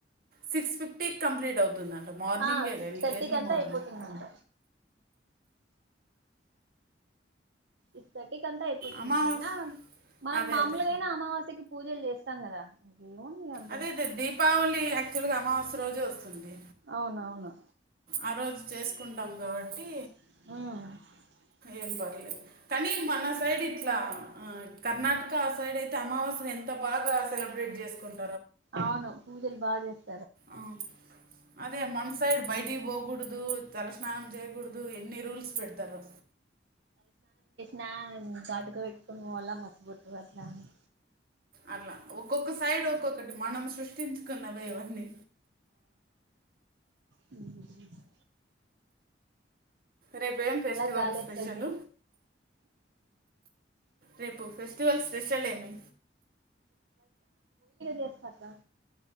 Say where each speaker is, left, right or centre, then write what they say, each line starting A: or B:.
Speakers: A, on the right (about 55°); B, on the right (about 75°).
A: సిక్స్ ఫిఫ్టీకి కంప్లీట్ అవుతుందంట మార్నింగే
B: ఆ సిక్స్
A: ఎ
B: థర్టీకి
A: ఎర్లీ
B: అంతా
A: మార్నింగ్.
B: అయిపోతుందంట ఇస్త తీ కంతా అయిపోతుంది
A: అమావాస్య
B: అయినా మనం
A: అదే
B: మామూలుగాయినా
A: అదే
B: అమావాస్యకి పూజలు చేస్తాం కదా ఇంకేముంది అంత
A: అదే అదే దీపావళి యక్చువల్ గ అమావాస్య రోజే వస్తుంది
B: అవునవును
A: ఆ రోజు చేసుకుంటాం కాబట్టి
B: మ్మ్
A: ఏం పర్లేద్ తనీ మన సైడ్ ఇట్లా ఆ కర్ణాటక ఆ సైడ్ అయితే అమావాస్య ఎంత బాగా సెలబ్రేట్ చేసుకుంట్
B: అవును పూజలు బాగా చేస్తా
A: ఆ అదే మన సైడ్ బై టికి పోకూడదు తలస్నానం చేయకూడదు ఎన్ని రూల్స్ పెడతారో
B: నా <unintelligible> కో పెట్టుకుని పోవాళ్ళ మస్సి బొట్టు అట్ల అని
A: అట్లా ఒక్కొక్క సైడ్ ఒ ఒకటి మనం సృష్టించ కున్నవే ఇవన్నీ
B: హ్మ్ హు
A: రేపు ఏం ఫెస్టివల్
B: గాలేస్తుంది
A: స్పెషల్ రేపు ఫెస్టివల్ స్పెషల్ ఏమి
B: చేస్తక్క